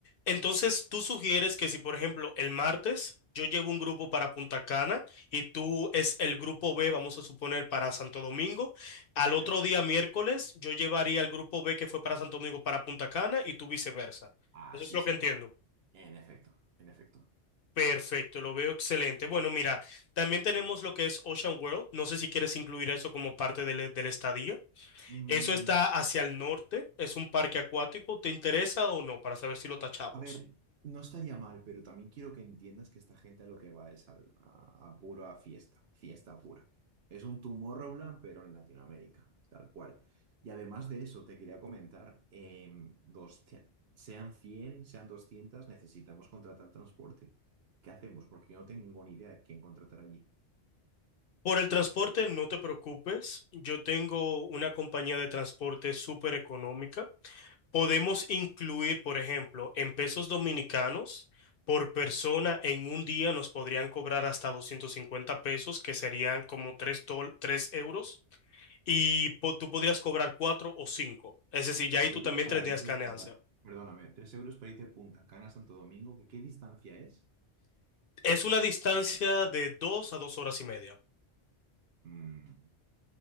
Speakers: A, on the left (about 55°); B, on the right (about 65°).
A: entonces tú sugieres que si, por ejemplo, el martes yo llevo un grupo para Punta Cana y tú es el grupo B, vamos a suponer, para Santo Domingo, al
B: Por ejemplo.
A: otro día miércoles yo llevaría el grupo B que fue para Santo Domingo para Punta Cana y tú viceversa.
B: Ah,
A: Eso
B: sí,
A: es lo
B: sí.
A: que entiendo.
B: En efecto, en efecto.
A: Perfecto, lo veo excelente. Bueno, mira, también tenemos lo que es Ocean World. No sé si quieres incluir eso como parte del, del estadía.
B: Mm,
A: Eso está hacia el norte, es un parque acuático. ¿Te interesa o no? Para saber si lo tachamos.
B: A ver, no estaría mal, pero también quiero que entiendas que esta gente a lo que va es al- a, a pura fiesta, fiesta pura. Es un Tomorrowland, pero en Latinoamérica, tal cual. Y además de eso, te quería comentar, em, dos- sean 100, sean 200, necesitamos contratar transporte. ¿Qué hacemos? Porque yo no tengo ni idea de quién contratar allí.
A: Por el transporte, no te preocupes. Yo tengo una compañía de transporte súper económica. Podemos incluir, por ejemplo, en pesos dominicanos, por persona en un día nos podrían cobrar hasta 250 pesos, que serían como 3, 3 euros. y po- tú podrías cobrar cuatro o cinco. Es decir,
B: Tres
A: ya ahí tú
B: euros
A: también
B: para
A: tendrías
B: ir de
A: ganancia.
B: Punta, perdóname, tres euros para ir de Punta Cana a Santo Domingo, ¿qué, qué distancia es?
A: Es una distancia de dos a dos horas y media,
B: Mm,